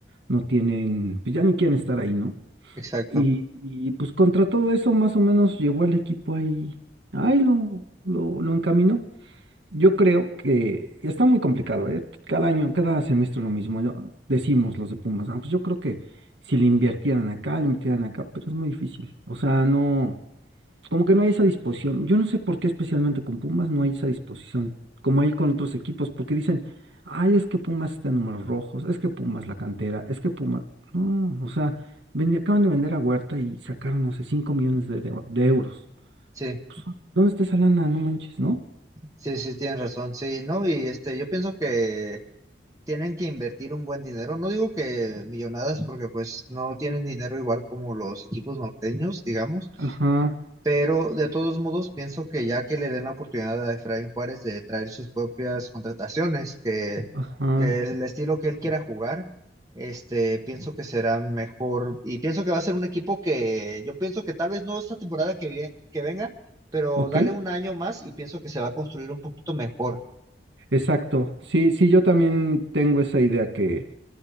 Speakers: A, on the right; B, on the right.
A: no tienen, pues ya ni quieren estar ahí, ¿no?
B: exacto.
A: Y, y pues contra todo eso más o menos llevó al equipo ahí, ahí lo, lo, lo encaminó. Yo creo que está muy complicado, ¿eh? Cada año, cada semestre lo mismo. yo- decimos los de Pumas, "Ah, pues yo creo que si le invirtieran acá, le invirtieran acá, pero es muy difícil. O sea, no, como que no hay esa disposición. Yo no sé por qué especialmente con Pumas no hay esa disposición, como hay con otros equipos, porque dicen, ay, es que Pumas está en números rojos, es que Pumas la cantera, es que Pumas... No, o sea, vendi- acaban de vender a Huerta y sacaron, no sé, 5 millones de, de de euros.
B: Sí,
A: Pues, ¿Dónde está esa lana? No manches, ¿no?
B: sí, sí, tienes razón. Sí, no, y este, yo pienso que tienen que invertir un buen dinero. No digo que millonadas, porque pues no tienen dinero igual como los equipos norteños, digamos.
A: Ajá,
B: Pero de todos modos, pienso que ya que le den la oportunidad a Efraín Juárez de traer sus propias contrataciones, que,
A: ajá.
B: que el estilo que él quiera jugar, este, pienso que será mejor. Y pienso que va a ser un equipo que yo pienso que tal vez no esta temporada que, vie- que venga, pero
A: Ok,
B: dale un año más y pienso que se va a construir un poquito mejor.
A: exacto. Sí, sí, yo también tengo esa idea que,